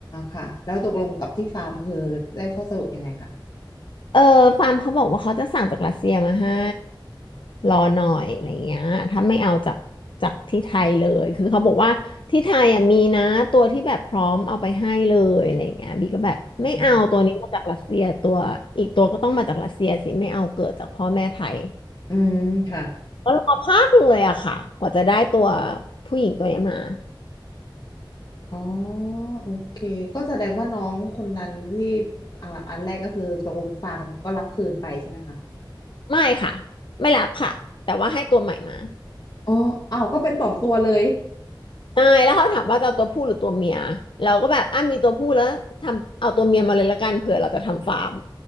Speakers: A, on the left; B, on the left.
A: ค่ะ แล้วตกลงกับที่ฟาร์มคือได้ข้อสรุปยังไงคะ
B: เออฟาร์มเขาบอกว่าเขาจะสั่งจากรัสเซียมาให้รอหน่อยอะไรเงี้ยถ้าไม่เอาจากจากที่ไทยเลยคือเขาบอกว่าที่ไทยอ่ะมีนะตัวที่แบบพร้อมเอาไปให้เลยอะไรเงี้ยบีก็แบบไม่เอาตัวนี้มาจากรัสเซียตัวอีกตัวก็ต้องมาจากรัสเซียสิไม่เอาเกิดจากพ่อแม่ไทย
A: อืมอืมค่ะ
B: ก็รอพักหนึ่งเลยอะค่ะกว่าจะได้ตัวผู้หญิงตัวเนี้ยมา
A: อ๋อโอเค ก็แสดงว่าน้องคนนั้นที่อ่าอันแรกก็คือตกลงฟาร์มก็รับคืนไปใช่ไหมคะ
B: ไม่ค่ะไม่รับค่ะแต่ว่าให้ตัวใหม่มา
A: อ๋ออ้าวก็เป็นสองตัวเลย
B: ใช่แล้วเขาถามว่าจะเอาตัวผู้หรือตัวเมียเราก็แบบอ่ะมีตัวผู้แล้วทำเอาตัวเมียมาเลยละกันเผื่อเราจะทำฟาร์ม